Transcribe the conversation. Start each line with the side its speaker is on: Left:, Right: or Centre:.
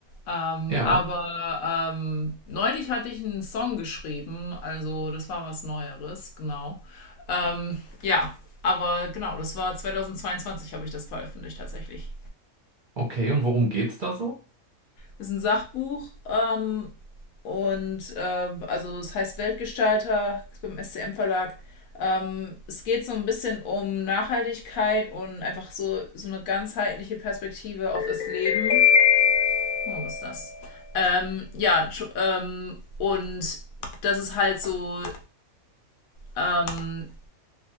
Left: Ähm,
Right: ja,
Left: aber ähm, neulich hatte ich einen Song geschrieben, also das war was Neueres, genau. Ähm, ja, aber genau, das war 2022 habe ich das veröffentlicht tatsächlich.
Right: okay. Und worum geht's da so?
Left: Ist ein Sachbuch ähm, und äh, also es heißt Weltgestalter, ist beim SCM Verlag. Ähm, es geht so ein bisschen um Nachhaltigkeit und einfach so, so eine ganzheitliche Perspektive auf das Leben. Oh, was ist das? Ähm, ja, ähm, und das ist halt so ähm,